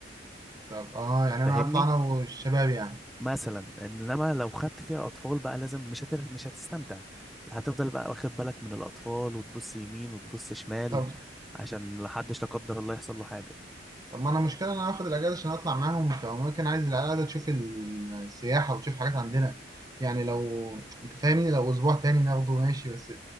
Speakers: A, on the right (about 20°); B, in the centre.
A: طب آه يعني
B: فاهمني
A: أنا هطلع أنا والشباب يعني
B: مثلا إنما لو خدت فيها أطفال بقى لازم مش هتر... مش هتستمتع هتفضل بقى واخد بالك من الأطفال وتبص يمين وتبص شمال
A: طب
B: عشان لحدش لا قدر الله يحصل له حاجة
A: طب ما أنا مشكلة إن أنا هاخد الأجازة عشان أطلع معاهم فممكن عايز العيال قاعدة تشوف ال- السياحة وتشوف حاجات عندنا يعني لو أنت فاهمني لو أسبوع تاني ناخده ماشي بس